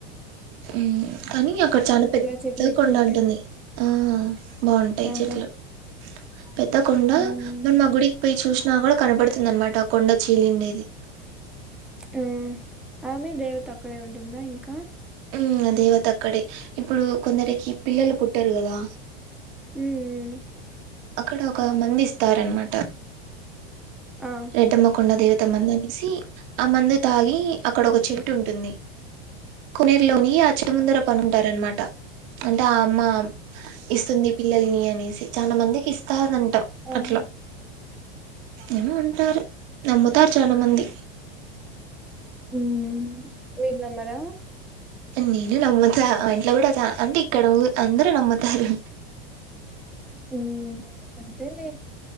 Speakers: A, on the right; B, in the centre.
A: ఉ కానీ అక్కడ చాల పెద్ద
B: చెట్లు ఎక్కువ
A: కొండ
B: ఉంటాయి
A: ఉంటుంది. ఆ. బాగుంటాయి
B: ఆహా
A: చెట్లు. <inaudible> పెద్ద కొండా
B: ఉమ్
A: మనం ఆ గుడికి పోయి చూస్. నా కూడా కనపడుతుంది అనమాట కొండ చీలిండేది.
B: ఉ ఆమె దేవత అక్కడే ఉంటుందా ఇంకా
A: ఉ ఆ దేవత అక్కడే ఇప్పుడు కొందరికి పిల్లలు పుట్టరు కదా
B: ఉ ఉ
A: అక్కడ ఒక మందు ఇస్తారన్మాట.
B: ఆ
A: రెడ్డమ్మ కొండ దేవత మందని సి ఆ మందత్ తాగి అక్కడ ఒక చెట్టు
B: ఆ
A: ఉంటుంది కొనేరులోని ఆ చిలముందర పనుంటారనమా ట అంటే ఆ అమ్మ మ ఇస్తుంది పిల్లల్ని అనేసి చాలా మందికి ఇస్తాదంట
B: ఆహా
A: అట్ల ఏమో అన్ టారు నమ్ముతారు. చానమంది
B: హు మీరు నమ్మరా
A: నేను నమ్ముతా ఇంట్లో కూడా చా అంటె ఇక్కడ ఊ అందరు నమ్ము తారు
B: ఊ అంతేలె